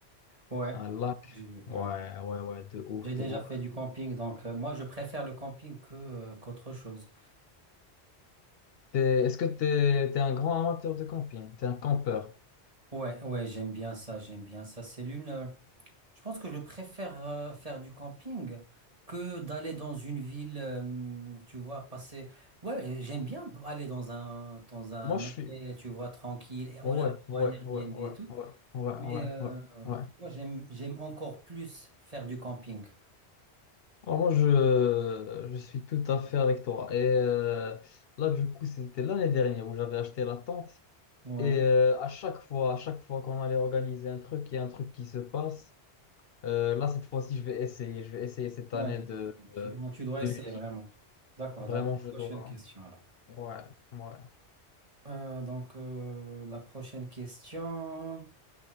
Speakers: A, on the right (about 35°); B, on the left (about 65°).
A: Ouais.
B: Un lac.
A: Je-
B: Ouais,
A: ouais.
B: ouais, ouais, de ouf,
A: J'ai
B: de
A: déjà
B: ouf.
A: fait du camping, donc euh, moi je préfère le camping que euh, qu'autre chose.
B: T'es- Est-ce que t'es, t'es un grand amateur de camping? T'es un campeur?
A: Ouais, ouais, j'aime bien ça, j'aime bien ça. C'est l'une. euh, je pense que je préfère euh, faire du camping que d'aller dans une ville, euh, tu vois, passer. Ouais, j'aime bien aller dans un dans un
B: Moi, je
A: hôtel,
B: suis.
A: tu vois, tranquille, et
B: Ouais,
A: on a
B: ouais,
A: ou un Airbnb
B: ouais, ouais,
A: et tout.
B: ouais, ouais,
A: Mais
B: ouais,
A: euh,
B: ouais, ouais.
A: tu vois, j'aime j'aime encore plus faire du camping.
B: Alors, Moi, je, je suis tout à fait avec toi. Et euh, là, du coup, c'était l'année dernière où j'avais acheté la tente.
A: Ouais,
B: Et euh, à chaque fois, à chaque fois qu'on allait organiser un truc, il y a un truc qui se passe. Euh, là, cette fois-ci, je vais essayer. Je vais essayer cette
A: ouais.
B: année de,
A: Tu
B: de,
A: dois tu dois
B: de
A: essayer
B: l'utiliser.
A: vraiment. D'accord.
B: Vraiment,
A: Donc
B: je
A: prochaine
B: dois.
A: question alors.
B: hein. Ouais, ouais.
A: Euh, donc, euh, la prochaine question.